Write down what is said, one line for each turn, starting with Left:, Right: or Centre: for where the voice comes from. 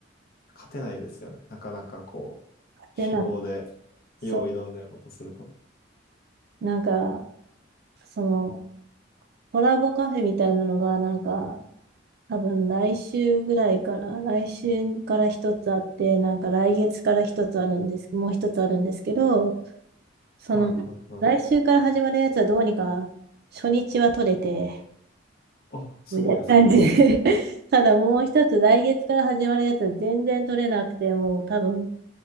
Left: 勝てないですよね。なかなかこう、
Right: で、なんか、
Left: 手動で、よう挑んでやろうとすると。
Right: そう、なんか、その、コラボカフェみたいなのが、なんか、多分来週ぐらいから、来週から一つあって、なんか来月から一つあるんです、もう一つあるんですけど、その、
Left: はいはいはい。
Right: 来週から始まるやつはどうにか、初日は取れて、
Left: あ、すごいですね。
Right: みたいな感じで <laughs> ただもう一つ、来月から始まるやつは全然取れなくて、もう多分、